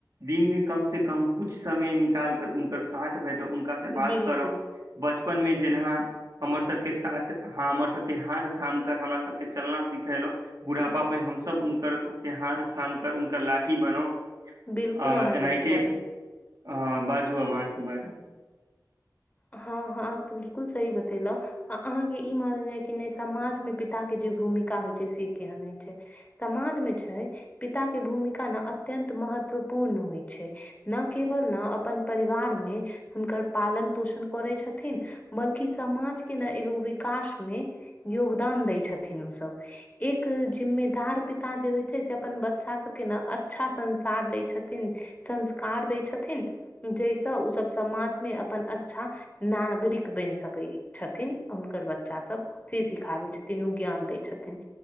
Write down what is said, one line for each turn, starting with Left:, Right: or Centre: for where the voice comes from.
Right: दिनमे कम से कम कुछ समय निकाल कर उनक साथ बैठो उनका से बात
Left: बिलकुल
Right: करो। बचपनमे जेनाह। हमर सबके साथ ह हमर सबके हाथ थाम कर हमरा सबके चलना सिखेलौ। बूढ़ापा पे हमसभ हुनकर सबके हाथ थाम कर हुनकर लाठी बनौउ।
Left: बिलकुल
Right: आ
Left: अहाँ
Right: एनाते
Left: सही कहलौं
Right: अ बाजू आ अब आहाँ कि बाजब।
Left: हँ हँ त बिल्कुल सही बतेलौ। आ अहाँके ई मालू य कि नहि समाजमे पिता के जे भूमिका होइ छै से केहन होइ छै। समाज मे छै पिता के भूमिका न अत्यंत महत्वपूर्ण होइ छै। न केवल न अपन परिवार मे हुनकर पालन पोषण। करै छथिन बल्कि समाज के ने एगो विकास मे। योगदान दै छथिन ओसब एक जिम्मेदार पिता जे होइ छै से अपन बच्चा सबके न अच्छा संसार दै छथिन संस्कार दै छथिन जाहिसँ ओसब समाजमे अपन अच्छा नागरिक बनि सकैई छथिन हुनकर बच्चा सब अथि सिखाबै छथिन ओ ज्ञान दै छथिन